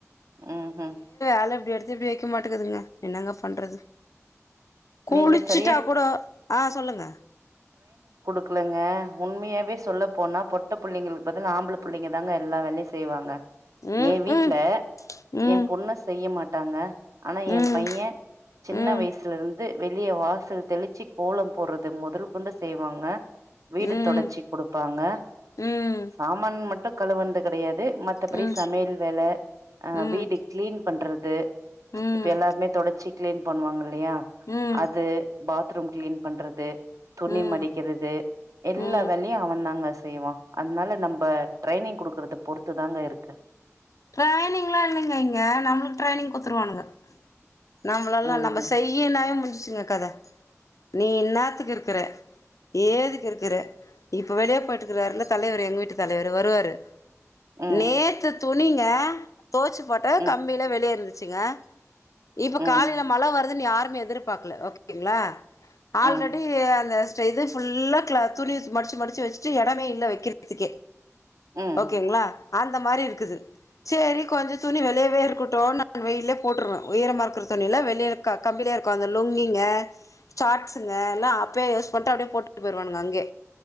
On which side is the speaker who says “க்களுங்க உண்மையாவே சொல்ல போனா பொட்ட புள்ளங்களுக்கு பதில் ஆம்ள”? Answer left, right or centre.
Right